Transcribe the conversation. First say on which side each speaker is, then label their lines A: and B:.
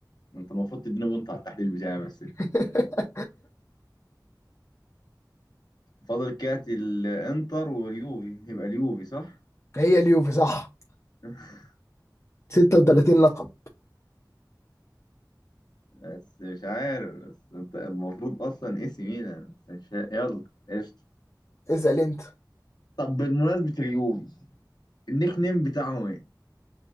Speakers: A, on the left (about 65°); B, on the left (about 40°).
A: ما انت المفروض تديني بونت على التحليل بتاعي بس
B: <laughs>
A: فاضل كات الانتر واليوفي يبقى اليوفي صح
B: هي اليوفي صح
A: <laughs>
B: 36 لقب
A: بس مش عارف بس انت المفروض اصلا اي سي ميلان بس مش يلا قشطة
B: اسأل انت
A: طب بمناسبة اليوفي النيك نيم بتاعهم ايه؟